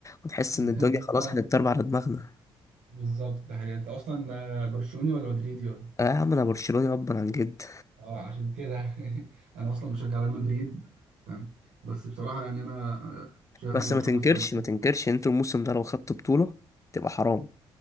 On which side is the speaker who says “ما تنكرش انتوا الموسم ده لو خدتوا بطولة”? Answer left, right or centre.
Left